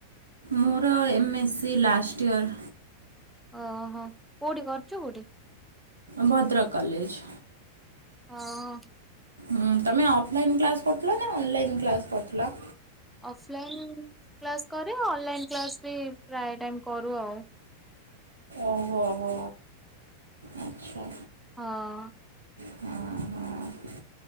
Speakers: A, on the right; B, in the centre.
A: ମୋର ଏମ୍ ଏସ୍ସିି ଲାଷ୍ଟ ଇୟର୍
B: ଓହୋ କୋଉଠି କରୁଛୁ କୋଉଠି?
A: ଭଦ୍ରକ କଲେଜ।
B: ହଁ।
A: ହୁଁ ତମେ ଅଫଲାଇନ୍ କ୍ଲାସ କରୁଥିଲ ନା ଅନଲାଇନ୍ କ୍ଲାସ କରୁଥିଲ।।
B: ଅଫଲାଇନ୍ କ୍ଲାସ କରେ ଅନଲାଇନ୍ କ୍ଲାସ ବି ପ୍ରାୟ ଟାଇ କରୁ ଆଉ।
A: ଓହୋ ହୋ ଆଚ୍ଛା
B: ହଁ
A: ହଁ ହଁ